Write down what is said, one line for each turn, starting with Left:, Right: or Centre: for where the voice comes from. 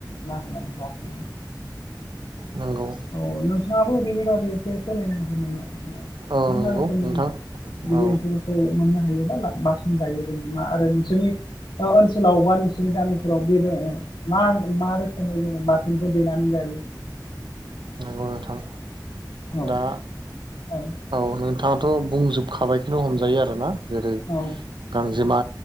Left: लाबोनानै जाफैयो।
Right: नंगौ
Left: औ नोंथाङाबो बेनि बागै एसे फोरमायनो हागोन नामा ओ
Right: औ
Left: मा
Right: नंगौ
Left: मा रोखोमनि
Right: नोंथां
Left: बिदि
Right: औ
Left: एम्फौफोरखौ मोननो हायोबा बासोन जायो जोङो मा आरो नोंसोरनि ओनसोलाव बा नोंसोरनि गामिफोराव बे मा मा रोखोमै जोङो बाथोनखौ देनानै जायो। उम
Right: नंगौ नोंथां
Left: औ
Right: दा
Left: औ
Right: नोंथाङाथ' बुंजोबखाबायखौनो हमजायो आरोना जेरै
Left: औ
Right: गांजेमा